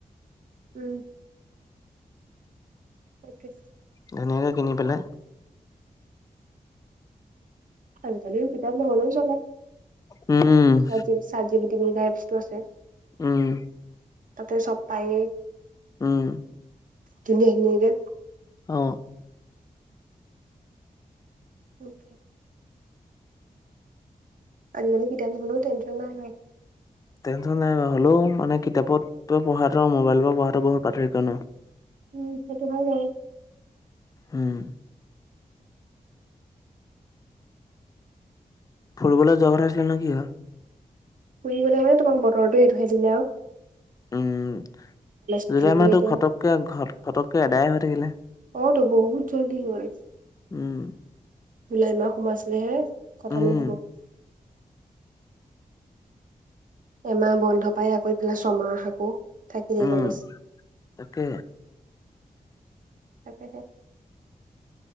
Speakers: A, on the right; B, on the left.
A: উম। সেইটোৱে।
B: ধুনীয়াকে কিনি পেলাই
A: আজি-কালি কিতাপ নহলেও চলে।
B: উম।
A: চাট জি চাট জিপিটি বুলি যে এপছটো আছে।
B: উম।
A: তাতে চব পায়েই।
B: উম।
A: ধুনিয়া ধুনীয়াকে।
B: অঁ।
A: অ'কে। আজিকালি কিতাপ ন'হলেও টেনশ্যন নাই হয়।
B: টেনশ্যন নাই বাৰু, হ'লেও মানে কিতাপত পঢ়াটো মোবাইলৰ পৰা পঢ়াটো বহুত পাৰ্থক্য ন।
A: উম, সেইটো হয় বাৰু।
B: উম। ফুৰিবলে যোৱা কথা আছিল নহয়, কি হ'ল?
A: ফুৰিবলে তোমাৰ বতৰটো এইটোহে দিলে আও।
B: উম,
A: খুলিবই
B: জুলাই মাহটো
A: এতিয়া
B: ঘটককে ঘত ফটককে এদায়ে হৈ থাকিলে।
A: অঁ ত, বহুত জল্দি গল।
B: উম।
A: জুলাই মাহ সোমাইছিলেহে, খটমেই
B: উম,
A: হ'বগে। এমাহ বন্ধ পাই আকৌ ইফালে ছমাহ আকৌ থাকিল
B: উম,
A: কলেজ।
B: তাকে।
A: তাকেহে